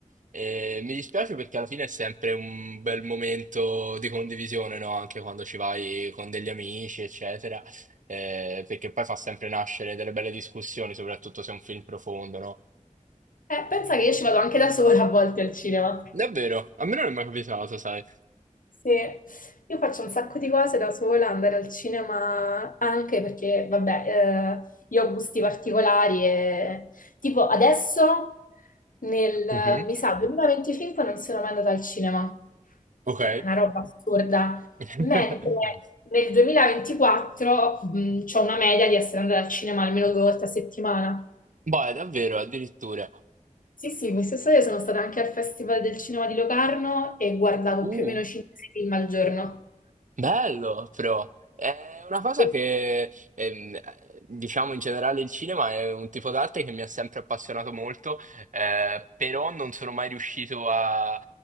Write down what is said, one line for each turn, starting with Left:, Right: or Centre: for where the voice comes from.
Right: e mi dispiace perché alla fine è sempre un bel momento di condivisione, no? Anche quando ci vai con degli amici, eccetera, Eh, perché poi fa sempre nascere delle belle discussioni, soprattutto se è un film profondo, no?
Left: eh, pensa che io ci vado anche da sola a volte al cinema.
Right: Davvero, a me non è mai capitato, sai?
Left: Sì, io faccio un sacco di cose da sola, andare al cinema anche perché, vabbè, eh, io ho gusti particolari e tipo adesso, nel,
Right: Mhm.
Left: mi sa, 2025 non sono mai andata al cinema,
Right: Ok.
Left: che è una roba assurda,
Right: <laughs>
Left: mentre nel 2024 ho una media di essere andata al cinema almeno due volte a settimana.
Right: Boh, è davvero, addirittura.
Left: Sì, sì, quest'estate sono stata anche al Festival del Cinema di Locarno e guardavo
Right: Uh.
Left: più o meno 5 film al giorno.
Right: Bello, però. È una cosa
Left: Sì.
Right: che, ehm, diciamo in generale il cinema è un tipo d'arte che mi ha sempre appassionato molto, eh, però non sono mai riuscito a,